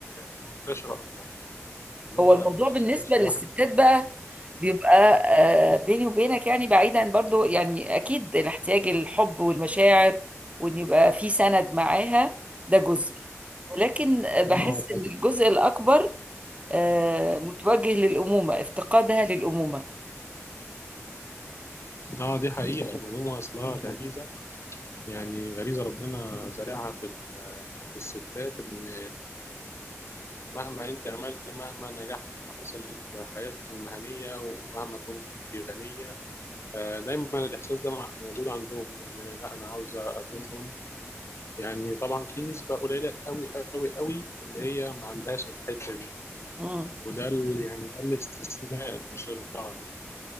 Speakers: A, on the left (about 60°); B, on the right (about 25°).
A: المنتشره اكتر اللي
B: هو
A: هو
B: الموضوع
A: انا مش
B: بالنسبه
A: عايش
B: للستات
A: لوحدي
B: بقى بيبقى آه، بيني وبينك يعني بعيدا برضو يعني اكيد الاحتياج الحب والمشاعر وان يبقى في سند معاها ده جزء ولكن بحس
A: اه طب
B: ان الجزء الاكبر آه، متوجه للامومه افتقادها للامومه
A: اه دي حقيقه الامومه اصلها غريزه يعني غريزه ربنا زارعها في في الستات ان مهما انت عملتي مهما نجحتي مثلا في حياتك المهنيه ومهما كنت غنيه آه، دايما الاحساس ده موجود عندهم ان لا انا عاوزه اكون ام يعني طبعا في نسبة قليلة قوي قوي قوي اللي هي ما عندهاش الحتة دي
B: مم.
A: وده ال- يعني ده الاستثناء مش القاعدة